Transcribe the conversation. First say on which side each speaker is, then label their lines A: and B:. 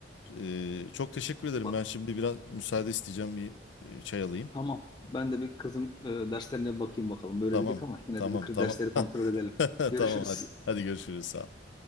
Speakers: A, on the left; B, on the left.
A: Ee, çok teşekkür ederim.
B: Bak,
A: Ben şimdi biraz müsaade isteyeceğim. Bir e, çay alayım.
B: Tamam. Ben de bir kızın e, derslerine bakayım bakalım. Böyle
A: Tamam.
B: dedik ama yine
A: Tamam.
B: de bir kız
A: Tamam.
B: dersleri kontrol edelim.
A: <laughs>
B: Görüşürüz.
A: Tamam. Hadi. Hadi görüşürüz. Sağ ol.